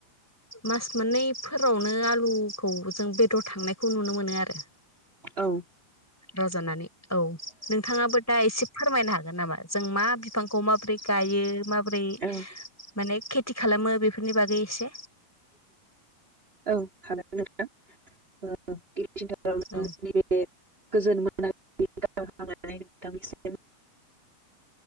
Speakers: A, in the centre; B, on the right.
A: मास मोननै। फ्रावनो आलु खौ जों बेदर थांनाय खौ नुनो मोनो आरो
B: औ
A: रज'नानै औ नोंथाङाबो दा एसे फोरमायनो हागोन नामा जों मा बिफांखौ माबोरै गायो माबोरै
B: औ
A: माने खेथि खालामो बेफोरनि बागै एसे
B: औ हागोन नोंथां औ। <unintelligible>
A: औ
B: गोजोन मोन <unintelligible>